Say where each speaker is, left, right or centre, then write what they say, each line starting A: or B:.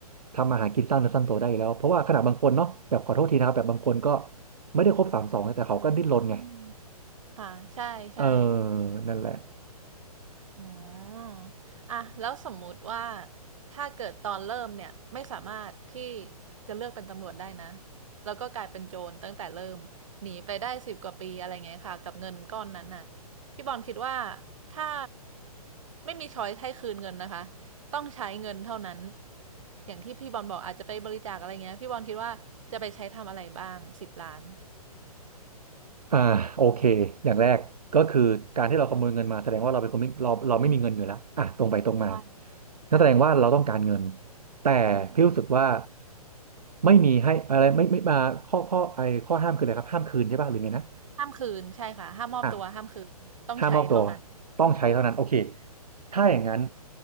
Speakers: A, on the right; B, on the right.
A: ทำอาหารกินสร้างเนื้อสร้างตัวได้อยู่แล้วเพราะว่าขนาดบางคนเนาะแบบขอโทษทีนะครับแบบบางคนก็ ไม่ได้ครบสามสองแต่เขาก็ดิ้นรนไง
B: อืมค่ะใช่ใช่
A: เออนั่นแหละ
B: อืมอ่ะแล้วสมมุติว่าถ้าเกิดตอนเริ่มเนี่ยไม่สามารถที่จะเลือกเป็นตำรวจได้นะแล้วก็กลายเป็นโจรตั้งแต่เริ่มหนีไปได้สิบกว่าปีอะไรเงี้ยค่ะกับเงินก้อนนั้นน่ะพี่บอลคิดว่าถ้าไม่มีช้อยให้คืนเงินนะคะต้องใช้เงินเท่านั้นอย่างที่พี่บอลบอกอาจจะไปบริจาคอะไรเงี้ยพี่บอลคิดว่าจะไปใช้ทำอะไรบ้างสิบล้าน
A: อ่าโอเคอย่างแรกก็คือการที่เราขโมยเงินมาแสดงว่าเราเป็นคนไม่เราเราไม่มีเงินอยู่แล้วอ่ะตรงไปตรงมา
B: ได้
A: นั่นแสดงว่าเราต้องการเงิน
B: ค่ะ
A: แต่พี่รู้สึกว่า
B: อืม
A: ไม่มีให้อะไรไม่ไม่มาข้อข้อไอข้อห้ามคืออะไรครับห้ามคืนใช่ป่ะหรือไงนะ
B: ห้ามคืนใช่ค่ะห้ามมอบตัวห้ามคืนต้องใช้เท่านั้น
A: อ่ะ ถ้ามอบตัวต้องใช้เท่านั้นโอเคถ้าอย่างนั้น
B: อืม